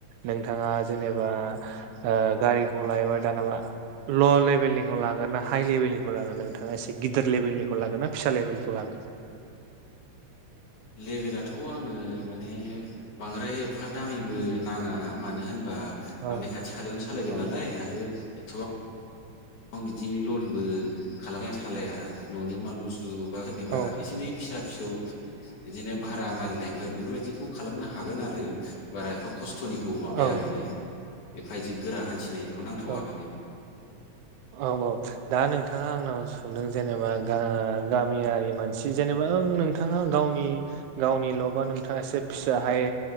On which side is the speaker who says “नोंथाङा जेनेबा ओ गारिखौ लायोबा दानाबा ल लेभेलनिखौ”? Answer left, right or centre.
Right